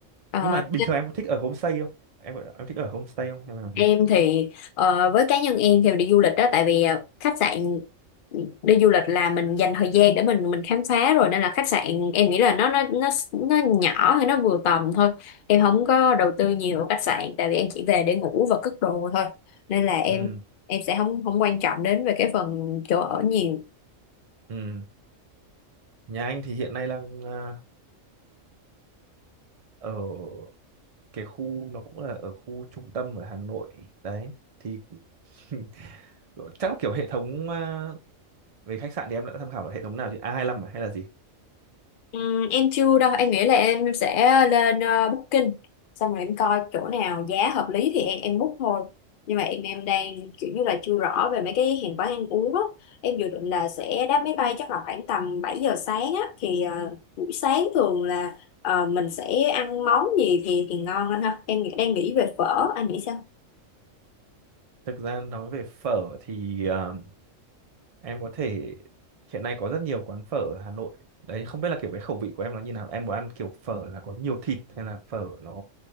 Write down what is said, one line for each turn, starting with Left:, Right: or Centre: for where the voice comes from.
Left: Uh,
Right: nhưng mà bình thường em có thích ở homestay không em em thích ở homestay không hay là
Left: Em thì ờ, với cá nhân em thì đi du lịch đó tại vì ờ, khách sạn đi du lịch là mình dành thời gian để mình mình khám phá rồi nên là khách sạn em nghĩ là nó nó nó nó nhỏ hay nó vừa tầm thôi. Em không có đầu tư nhiều vào khách sạn tại vì em chỉ về để ngủ và cất đồ thôi. Nên là em
Right: ừ
Left: em sẽ không không quan trọng đến về cái phần chỗ ở nhiều.
Right: ừ Nhà anh thì hiện nay đang à, ở cái khu nó cũng là ở khu trung tâm ở Hà Nội đấy thì <laughs> chắc là kiểu hệ thống à, về khách sạn thì em đã tham khảo là hệ thống nào chứ A25 à, hay là gì
Left: Ừ, em chưa đâu em nghĩ là em sẽ lên ờ, Booking xong rồi em coi chỗ nào giá hợp lý thì em em book thôi nhưng mà em em đang kiểu như là chưa rõ về mấy cái hàng quán ăn uống á em dự định là sẽ đáp máy bay chắc là khoảng tầm 7 giờ sáng á thì ờ, buổi sáng thường là ờ, mình sẽ ăn món gì thì thì ngon anh ha em đang nghĩ về phở anh nghĩ sao
Right: thực ra nói về phở thì à, em có thể hiện nay có rất nhiều quán phở ở Hà Nội đấy không biết là kiểu cái khẩu vị của em nó như nào em muốn ăn kiểu phở là có nhiều thịt hay là phở nó